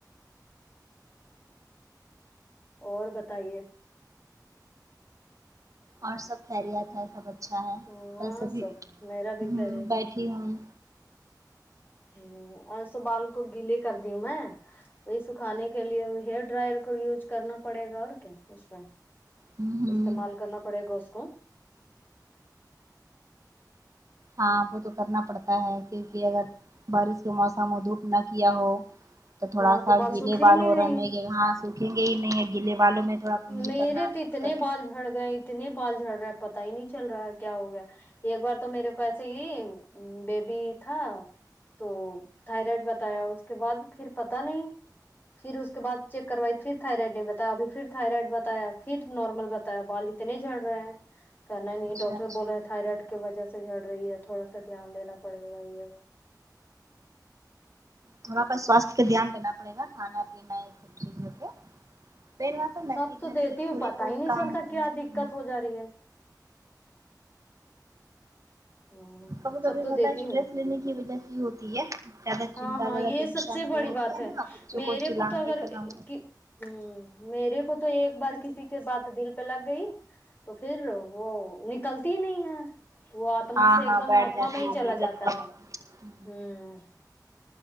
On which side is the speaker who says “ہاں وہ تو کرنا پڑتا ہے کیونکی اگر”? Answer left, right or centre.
Right